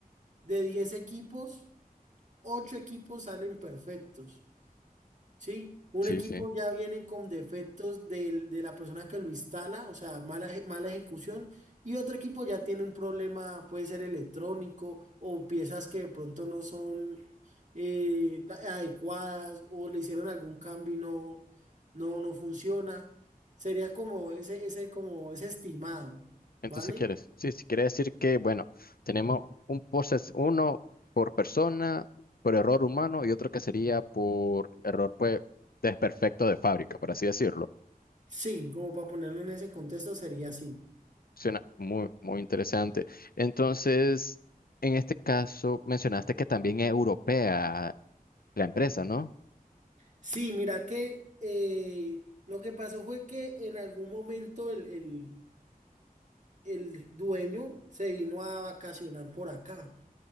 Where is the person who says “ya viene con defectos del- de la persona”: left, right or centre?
Right